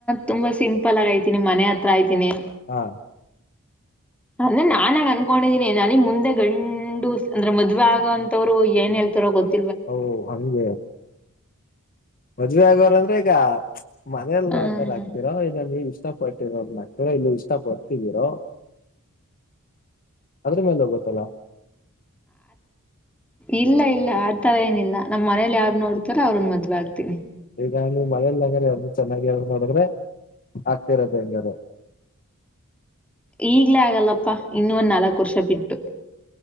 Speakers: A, in the centre; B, on the left.
A: ತುಂಬಾ ಸಿಂಪಲ್ ಆಗಯ್ತೀನಿ ಮನೆ ಹತ್ರ ಐತಿನಿ
B: ಹಾ.
A: ಅಂದ್ರ ನಾನಾಗ ಅನ್ಕೊಂಡಿದೀನಿ ನನಗ್ ಮುಂದೆ ಗಂಡು ಅಂದ್ರೆ ಮದ್ವೆ ಆಗೋಂತವ್ರು ಏನ್ ಹೇಳ್ತಾರೋ ಗೊತ್ತ.
B: ಓ ಹಗೆ. ಮದ್ವೆ ಆಗೋರ ಅಂದ್ರೆ ಈಗ. ಮನೇಲಿ
A: ಆಹ್,
B: ನೋಡ್ತಾರ ಹಕ್ತೀರಾ ಈಗ ನೀ ಇಷ್ಟ. ಇಷ್ಟಪಟ್ಟರೋ ಇಲ್ಲಿ ಇಷ್ಟಪಟ್ಟಿದೀರೋ ಅದ್ರ ಮಂದ ಗೊತ್ತಲ್ಲ.
A: ಇಲ್ಲ ಇಲ್ಲ ಆ ತರ ಏನಿಲ್ಲ ನಮ್ಮ್ ಮನೇಲಿ ಯಾರ ನೋಡ್ತಾರೋ ಅವ್ರನ್ ಮದ್. ದ ಆ್ತನಿ.
B: ನಾನು ಮಳೆಯಲ್ಲಂಗ್ರ ಯಾರು ಚೆನ್ನಾಗಿ ನೋಡಿದ್ರೆ ಆಗ್ತಿರತ್ತೆ ಹೆಂಗಾರ.
A: ಈಗ್ಲೇ ಆಗಲ್ಲಪ್ಪಾ ಇನ್ನೊಂದ್ ನಾಲ್ಕು ವರ್ಷ ಬಿಟ್ಟು.